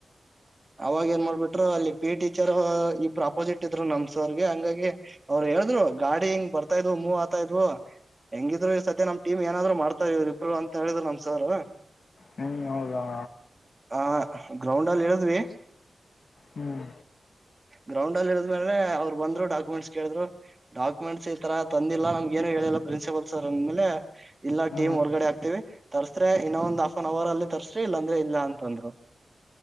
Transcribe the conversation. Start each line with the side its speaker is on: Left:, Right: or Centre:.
Right: ಅವಾಗ ಏನ್ ಮಾಡ್ಬಿಟ್ರು ಅಲ್ಲಿ ಪಿ ಟೀಚರ್ ಈ ಪ್ರಾಪೋಸಿಟ್ ಇದ್ರು ನಮ್ಸ ಅವರ್ಗೆ ಹಂಗಾಗಿ ಅವ್ರಿಗೆ ಹೇಳಿದ್ರು ಗಾಡಿ ಹಿಂಗ್ ಬರ್ತಾ ಇದ್ವು ಮೂವ್ ಆಾತಾ ಇದ್ವು ಹೆಂಗಿದ್ರು ಸದ್ಯ ನಮ್ ಟೀಮ್ ಏನಾದ್ರು ಮಾಡ್ತಾರೆ ಇವ್ರಿ ಇಬ್ರು ಅಂತ ಹೇಳಿದ್ರು ನಮ್ಸಾರ್
Left: ಹ್ಮ್ ಹೌದಾ
Right: ಆ ಗ್ರೌಂಡ್ ಅಲ್ಲಿ ಹೇಳದ್್ರಿ
Left: ಹ್ಮ್
Right: ಗ್ರೌಂಡ್ ಅಲ್ಲಿ ಇಡಿದ್ಮೇಲೆೆ ಅವರು ಬಂದ್ರು ಡಾಕ್ಯುಮೆಂಟ್ಸ್ ಕೇಳ್ರು ಡಾಕ್ಯುಮೆಂಟ್ಸ್ ಈ ತರ ತಂದಿಲ್ಲ ನಮ್ಗೇನು ಹೇಳಿಲ್ಲ ಪ್ರಿನ್ಸಿಪಲ್ ಸರ್ ಅಂದ ಮೇಲೆ ಇಲ್ಲ
Left: ಹ್ಮ್
Right: ಟೀಮ್ ಹೊರ್ಗಡೆ ಆಗ್ತೇವಿ ತರ್ಸ್ರೆ ಇನ್ನ ಒಂದ್ ಆಫ್ ಆನ್ ಅವರ್ ಅಲ್ಲಿ ತರ್ಸ್ರಿ ಇಲ್ಲಾಂದ್ರೆ ಇಲ್ಲ ಅಂತಂದ್ರು